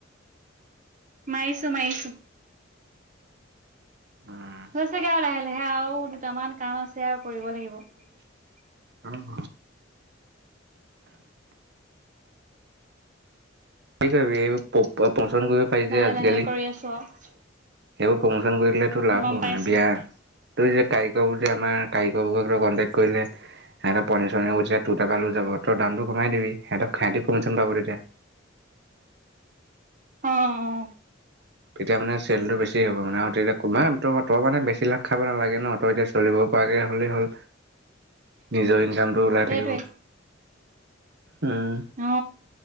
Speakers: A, on the right; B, on the right.
A: মাইছো মাইছো।
B: উম,
A: হৈছোগে আউ লাহে লাহে আউ দুটামান কাম আছে আউ কৰিব লাগিব। <unintelligible>
B: উম হ। কি কৰিবি প প পছন্দ কৰিব পাৰি
A: লাহে
B: যে আজিকালি।
A: লাহে কৰি আছো আৰু
B: সেইবোৰ প্ৰমোচন কৰি দিলে তোৰ লাভ
A: গম
B: হব
A: পাইছো
B: মানে। বিয়া ত যে কাৰিকৰবোৰ যে আমাৰ কাৰিকৰবুৰক কণ্টেক্ট কৰিলে <unintelligible> সিহঁত পনীৰ চনীৰ হুদিছে তু টাপা লৈ যাব তই দামটো কমাই দিবি। সিহঁতক সিহঁতি কমিচন পাব তেতিয়া।
A: অ অ।
B: তেতিয়া মানে চেলটো বেছি হব মানে আৰু তেতিয়া <unintelligible> তই মানে বেছি লাভ খাব নালাগে ন তই এতিয়া চলিব পোৱাকে হ'লেই হ'ল। নিজৰ ইনকামটো ওলাই
A: সেইটোৱে
B: থাকিব। উম
A: অ।